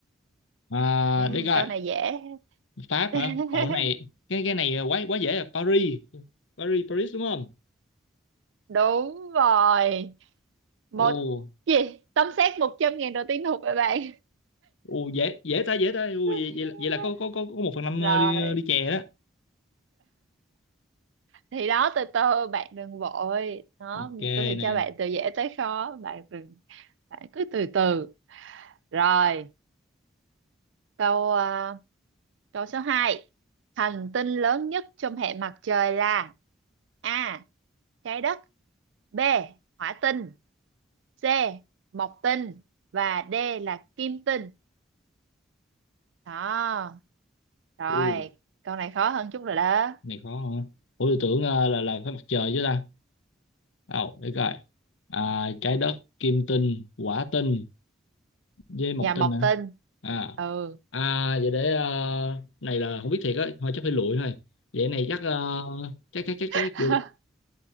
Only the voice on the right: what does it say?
Ừ,
câu này dễ.
<laughs>
Đúng rồi. Một
gì? Tấm xét một trăm ngàn đầu tiên thuộc về bạn.
<laughs>
Rồi.
Thì đó từ từ bạn đừng vội. Đó,
tôi sẽ
cho bạn từ dễ tới khó. Bạn đừng bạn cứ từ từ. Rồi, câu ờ, Câu số hai, Hành tinh lớn nhất trong hệ mặt trời là A. Trái đất B. Hỏa tinh C. Mộc tinh và D là kim tinh. Đó, rồi,
câu này khó hơn chút rồi đó.
Và
mộc
tinh.
Ừ.
<laughs>